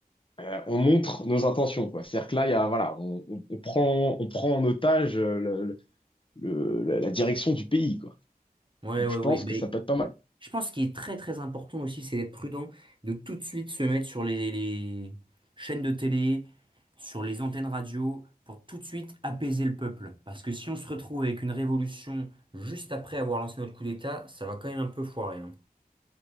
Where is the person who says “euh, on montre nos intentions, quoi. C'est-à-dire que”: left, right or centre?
Left